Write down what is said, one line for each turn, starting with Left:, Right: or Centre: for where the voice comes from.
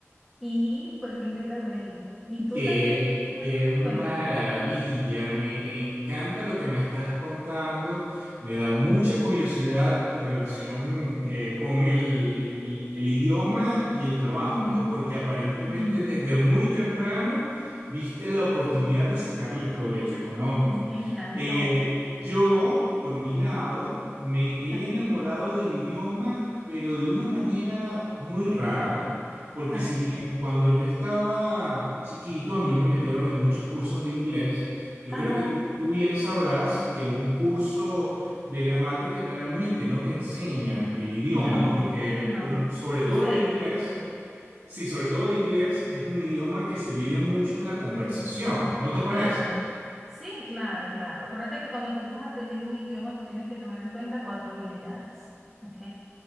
Centre: y fue que me gradué ahí. ¿Y tú
Right: Qué,
Centre: también? ¿Qué-
Right: qué maravilla,
Centre: Cuéntame.
Right: me encanta lo que me estás contando, me da mucha curiosidad tu relación eh, con el, el- el- el idioma y el trabajo,
Centre: Ujú.
Right: ¿no? Porque aparentemente
Centre: Y
Right: desde muy temprano viste la oportunidad de sacarle provecho económico.
Centre: me encantó.
Right: Eh, yo, por mi lado, me he
Centre: Ok.
Right: enamorado del idioma, pero de una manera muy rara. Porque
Centre: ok.
Right: si bien cuando yo estaba chiquito a mí me metieron en muchos cursos de inglés, yo
Centre: Ajá.
Right: creo que tú, tú bien sabrás que un curso de gramática realmente no te enseña el idioma
Centre: No,
Right: porque
Centre: no.
Right: uno, sobre todo
Centre: O sea,
Right: el inglés, sí, sobre todo el inglés es un idioma que se vive mucho en la conversación, ¿no te parece?
Centre: Claro. Sí, claro, claro. Acuérdate que cuando tú estás aprendiendo un idioma, tú tienes que tomar en cuenta cuatro habilidades, ¿ok?